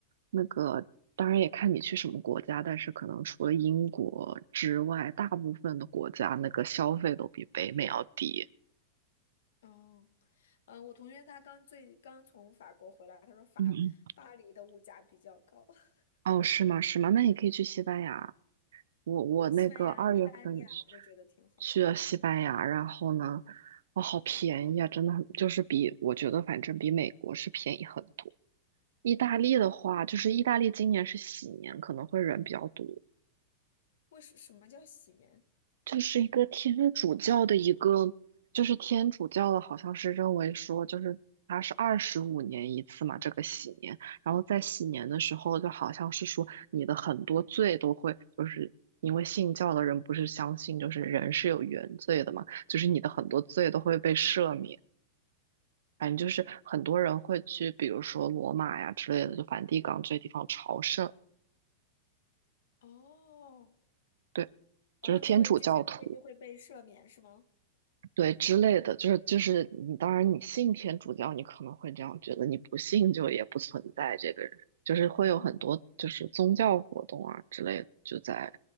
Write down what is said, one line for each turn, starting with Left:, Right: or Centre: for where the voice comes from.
Right: 那个，当然也看你去什么国家，但是可能除了英国之外，大部分的国家那个消费都比北美要低。
Left: 哦，嗯，我同学他刚最刚从法国回来，他说法巴黎的物价比较高，
Right: 嗯嗯。
Left: <laughs>
Right: 哦，是吗？是吗？那你可以去西班牙。我我那个二月份去
Left: 对，西班牙、意大利啊，我都觉得挺好。
Right: 去了西班牙，然后呢，哦，好便宜啊，真的很，就是比我觉得反正比美国是便宜很多。意大利的话，
Left: 嗯，
Right: 就是意大利今年是喜年，可能会人比较多，
Left: 为什什么叫洗年？
Right: 就是一个天主教的一个，就是天主教的，好像是认为说，就是它是二十五年一次嘛，这个喜年，然后在喜年的时候，就好像是说你的很多罪都会，就是因为信教的人不是相信就是人是有原罪的嘛，就是你的很多罪都会被赦免。
Left: 嗯，
Right: 反正就是很多人会去，比如说罗马呀之类的，就梵蒂冈这些地方朝圣，
Left: 哦，
Right: 对，
Left: 然后就会这些罪就会被赦免是吗？
Right: 就是天主教徒。对之类的，就是就是你，当然你信天主教，你可能会这样觉得，你不信就也不存在这个人，就是会有很多就是宗教活动啊之类的，
Left: 嗯，
Right: 就在